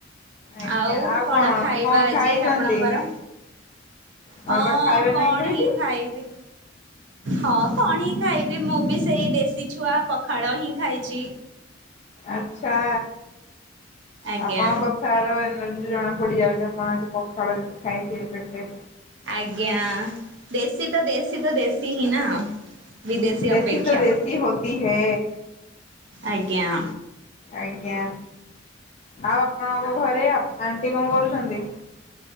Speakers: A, on the left; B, on the right.
A: ଆଜ୍ଞା
B: ଆଉ କଣ ଖାଇବା
A: କଣ
B: ଆଜି
A: ଖାଇଛନ୍ତି?
B: ଆପଣଙ୍କର?
A: ଆମେ
B: ହଁ
A: ବା ଖାଇବା
B: କଣ
A: ନାହିଁ କହିଲି।
B: ହିଁ ଖାଇବି। ହଁ କଣ ହିଁ ଖାଇବି ମୁଁ ବି ସେଇ ଦେଶୀ ଛୁଆ ପଖାଳ ହିଁ ଖାଇଛି।
A: ଆଛା।
B: ଆଜ୍ଞା
A: ଆପଣଙ୍କ କଥାର ଏନର୍ ର୍ଜିରୁ ଜଣା ପଡି ଯାଉଛି ଆପଣ ଆଜି ପଖାଳ ଖାଇଥିବେ ପେଟେ।
B: ଆଜ୍ଞା ଦେଶୀ ତ ଦେଶୀ ତ ଦେଶୀ ହିଁ ନା। ବିଦେଶୀ
A: ଦେଶୀ
B: ଅପେକ୍ଷା
A: ତ ଦେଶୀ ହୋତି ହୈ।
B: ଆଜ୍ଞା।
A: ଆଜ୍ଞା, ଆଉ ଆପଣଙ୍କ ଘରେ ଆଣ୍ଟି କଣ କରୁଛନ୍ତି?